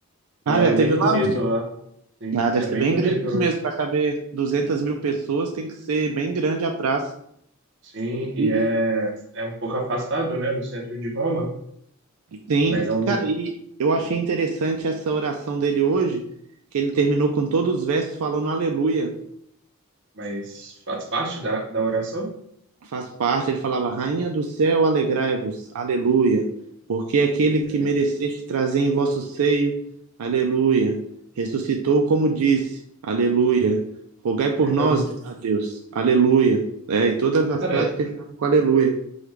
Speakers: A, on the right (about 55°); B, on the right (about 80°).
A: e
B: Ah,
A: é
B: já
A: bem
B: teve
A: bonito
B: lá?
A: lá. Sim,
B: Ah, deve
A: é
B: ser
A: bem
B: bem
A: bonito
B: grande
A: lá.
B: mesmo. Para caber 200 mil pessoas, tem que ser bem grande a praça.
A: Sim, e
B: E,
A: é, é um pouco afastado, né, do centro de Roma,
B: sim,
A: mas é um, lu-
B: cara, e eu achei interessante essa oração dele hoje, que ele terminou com todos os versos falando aleluia.
A: mas faz parte da, da oração.
B: faz parte, ele falava: Rainha do céu, alegrai-vos, aleluia, porque aquele
A: Ok,
B: que mereceste trazer em vosso seio, aleluia, ressuscitou como disse, aleluia, rogai por
A: legal.
B: nós a Deus, aleluia. É, e todas as
A: Cara,
B: frases terminavam com aleluia.